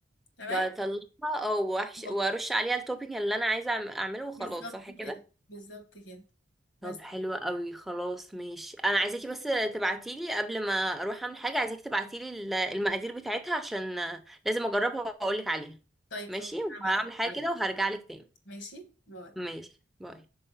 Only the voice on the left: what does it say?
تمام
واو.
بالظبط
كده بالظبط كده بس
كده.
طيب
خلاص انا هبعتلك
دلوقتي
ماشي باي.